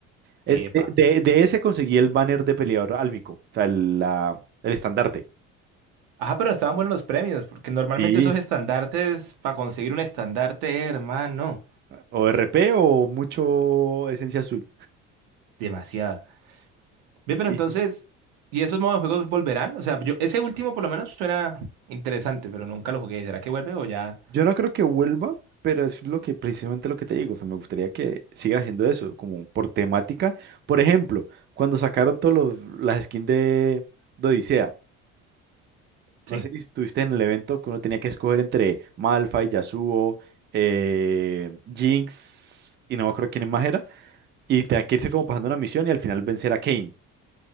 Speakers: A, on the right (about 35°); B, on the right (about 80°).
A: Eh,
B: Epa.
A: De, de- de ese conseguí el banner de peleador álmico, o sea, el, la- el estandarte.
B: Ajá, pero estaban buenos los premios, porque normalmente
A: Sí.
B: esos estandartes, para conseguir un estandarte, hermano,
A: O r p o mucho esencia azul.
B: demasiada. Ve,
A: Sí,
B: pero entonces,
A: sí.
B: ¿y esos modos de juegos volverán? O sea, yo, ese último por lo menos suena interesante, pero nunca lo jugué. ¿Será que vuelve o ya?
A: Yo no creo que vuelva, pero es lo que precisamente lo que te digo. o sea, me gustaría que sigan haciendo eso, como por temática. Por ejemplo, cuando sacaron todas las skins de, de Odisea,
B: Sí.
A: no sé si estuviste en el evento que uno tenía que escoger entre Malphite, Yasuo, eh, Jinx y no me acuerdo quién más era. Y tenía que irse como pasando una misión y al final vencer a Kane.